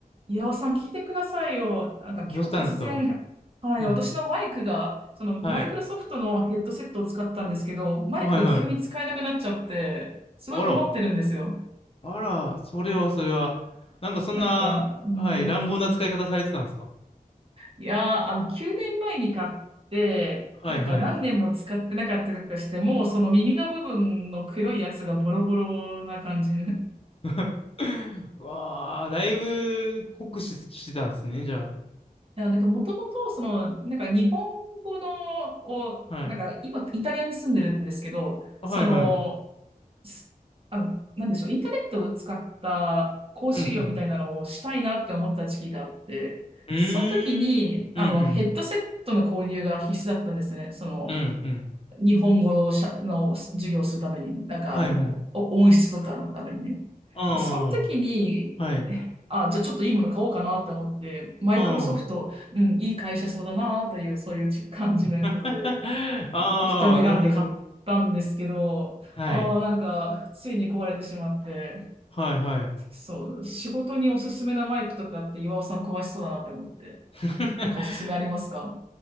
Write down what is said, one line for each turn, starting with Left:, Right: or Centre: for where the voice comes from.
Right: 岩尾さん、聞いてくださいよ。なんか今日突然、
Left: どうしたんですか
Right: はい、
Left: はい。
Right: 私のマイクが、そのマイクロソフトのヘッドセットを使ったんですけど、
Left: はい。
Right: マイクが急に使えなくなっちゃって、
Left: はいはい。
Right: すごい困ってるんですよ。
Left: あら。あら、それはそれは。なんかそんな、
Right: なんか、うーん、
Left: はい、乱暴な使い方されてたんですか
Right: いやー、あの、9年前に買って、
Left: はいはい。
Right: なんか何年も使ってなかったりとかして、もうその耳の部分の黒いやつがボロボロな感じ。<laughs> い
Left: <laughs> わあ、だいぶ酷使してたんですね、じゃ
Right: や、なんかもともと、その、なんか日本語の、を、
Left: あ。はい。
Right: なんか今、イタリアに住んでるんですけど、
Left: はいはい。
Right: その、すあの、なんでしょう、インターネットを使った講師業みたいなのをしたいなって思った時期があって、
Left: うんうん。うーん。
Right: その時に、
Left: うんうんうん。
Right: あの、ヘッドセットの購入が必須だったんですね。その、
Left: うんうん。
Right: 日本語をしゃの授業をするために、なんかあの、
Left: はいはい。
Right: お音質とかのためにね。
Left: あ
Right: でその時に、
Left: あ、はい。
Right: あ、じゃあちょっといいもの買おうかなって思って、マイクロソフト、
Left: ああ。
Right: うん、いい会社そうだなという、そういうち感じのことで、
Left: <laughs> ああ、
Right: 適当に選んで買ったんですけど、
Left: なるほど。はい。
Right: ああ、なんか、ついに壊れてしまって、
Left: はいはい。
Right: そう、仕事におすすめなマイクとかって岩尾さん壊しそうだなって思って、
Left: <laughs>
Right: なんかおすすめありますか